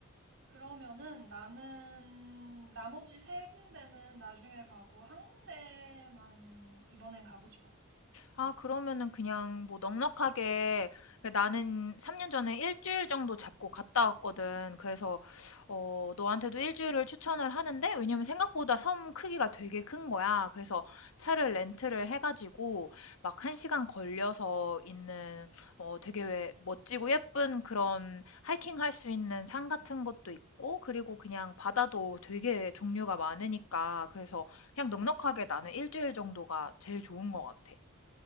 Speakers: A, on the right (about 65°); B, on the left (about 75°).
A: 그러면은 나는 나머지 세 군데는 나중에 가고 한 군데만 이번엔 가보지 뭐.
B: 아, 그러면은 그냥 뭐 넉넉하게 그러니까 나는 3년 전에 일주일 정도 잡고 갔다 왔거든. 그래서 어, 너한테도 일주일을 추천을 하는데 왜냐면 생각보다 섬 크기가 되게 큰 거야. 그래서 차를 렌트를 해가지고 막 한 시간 걸려서 있는 어, 되게 왜 멋지고 예쁜 그런 하이킹 할 수 있는 산 같은 것도 있고 그리고 그냥 바다도 되게 종류가 많으니까 그래서 그냥 넉넉하게 나는 일주일 정도가 제일 좋은 것 같아.